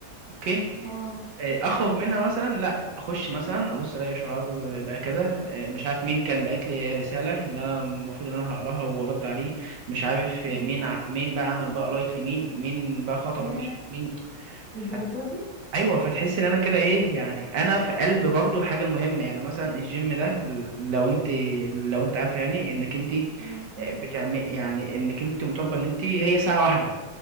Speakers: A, on the right; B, on the left.
A: اوكي
B: اه
A: إيه، اخرج منها مثلا لا اخش مثلا ابص الاقي شعار بقى كذا إيه، مش عارف مين كان بعت لي رساله ان انا المفروض ان انا هقراها وارد عليه مش عارف مين
B: أمم،
A: ع- مين بقى عمل بقى لايك لمين مين بقى خطب
B: ياه
A: مين مين
B: للدرجة
A: فت...
B: دي
A: ايوه فتحس ان انا كده ايه يعني انا في قلب برضو الحاجه المهمه يعني مثلا الجيم ده لو انت لو انت عارفه يعني انك انت
B: أمم، أمم،
A: بتعمل يعني انك انت مطالبه ان انت هي ساعه واحده